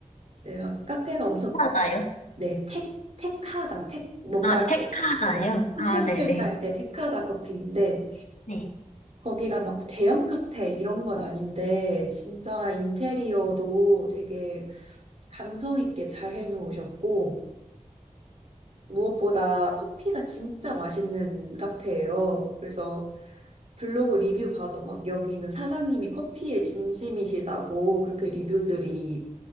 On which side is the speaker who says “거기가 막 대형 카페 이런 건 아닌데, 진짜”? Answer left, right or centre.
Right